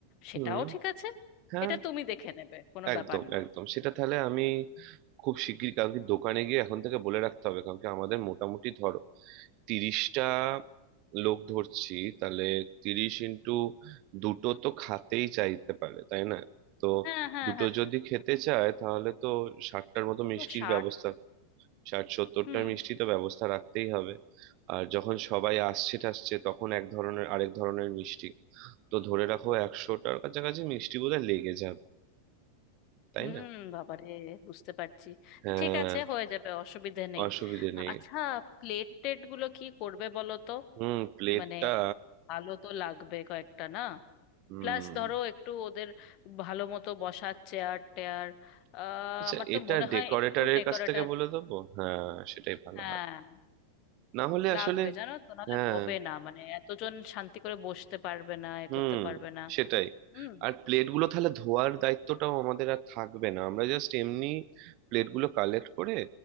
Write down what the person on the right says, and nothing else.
হুম
হ্যাঁ
একদম
একদম সেটা তাহলে আমি খুব শিগগির কালকে দোকানে গিয়ে এখন থেকে বলে রাখতে হবে কারণ কি আমাদের মোটামুটি ধরো তিরিশটা লোক ধরছি তাহলে তিরিশ ইন্টু দুটো তো খাতেই চাইতে পারে তাই না তো
দুটো
যদি খেতে চায় তাহলে তো ষাটটার মতো
মিষ্টির
ব্যবস্থা ষাট সত্তরটা
মিষ্টি তো ব্যবস্থা রাখতেই হবে আর যখন সবাই আসছে টাসছে তখন এক ধরনের আরেক ধরনের মিষ্টি তো ধরে রাখো একশোটার কাছাকাছি মিষ্টি বোধহয় লেগে যাবে তাই
না
হ্যাঁ
অসুবিধে নেই
হুম প্লেটটা
হুম
আচ্ছা
এটা
ডেকোরেটরের
কাছ থেকে বলে দেবো হ্যাঁ সেটাই ভালো
হয় না হলে
আসলে
হ্যাঁ
হুম
সেটাই
আর প্লেটগুলো তাহলে ধোয়ার দায়িত্বটাও আমাদের আর থাকবে না আমরা জাস্ট এমনি প্লেটগুলো কালেক্ট করে